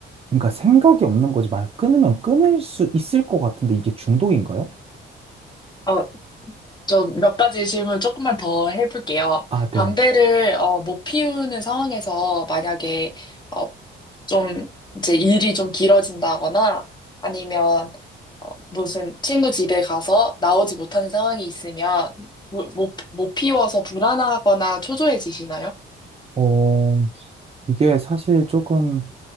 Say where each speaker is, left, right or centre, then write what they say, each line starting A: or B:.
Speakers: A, on the right; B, on the left.
A: 그러니까 생각이 없는 거지. 만약 끊으면 끊을 수 있을 것 같은데 이게 중독인가요?
B: 어, 좀 몇 가지 질문 조금만 더 해볼게요.
A: 아, 네.
B: 담배를 어, 못 피우는 상황에서 만약에 어, 좀 이제 일이 좀 길어진다거나 아니면 무슨 친구 집에 가서 나오지 못하는 상황이 있으면 모- 못, 못 피워서 불안하거나 초조해지시나요?
A: 어, 이게 사실 조금